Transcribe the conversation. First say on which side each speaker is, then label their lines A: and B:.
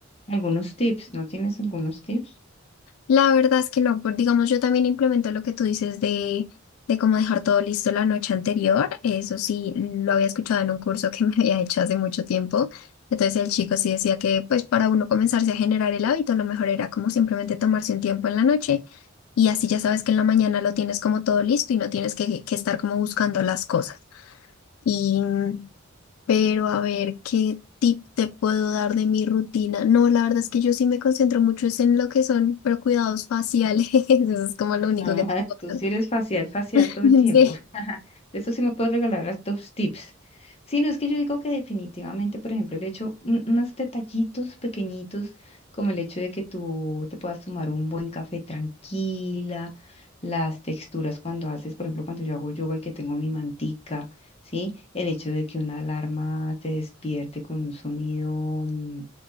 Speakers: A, on the left; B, on the left.
A: Algunos tips, ¿no tienes algunos tips?
B: La verdad es que no, pues digamos, yo también implemento lo que tú dices de, de cómo dejar todo listo la noche anterior. Eso sí, lo había escuchado en un curso que <laughs> me había hecho hace mucho tiempo. Entonces el chico sí decía que pues para uno comenzarse a generar el hábito, lo mejor era como simplemente tomarse un tiempo en la noche y así ya sabes que en la mañana lo tienes como todo listo y no tienes que, que estar como buscando las cosas. Y Pero a ver, ¿qué tip te puedo dar de mi rutina? No, la verdad es que yo sí me concentro mucho es en lo que son, pero cuidados faciales, <laughs> eso es como lo único
A: Ah,
B: que te puedo
A: tú
B: dar.
A: sí eres facial, facial
B: <laughs>
A: todo el tiempo.
B: Sí,
A: De eso sí me puedes regalar las dos tips. Sí, no es que yo digo que definitivamente, por ejemplo, el hecho, un- unos detallitos pequeñitos, como el hecho de que tú te puedas tomar un buen café tranquila, las texturas cuando haces, por ejemplo, cuando yo hago yoga y que tengo mi mantica, ¿sí? El hecho de que una alarma te despierte con un sonido mm,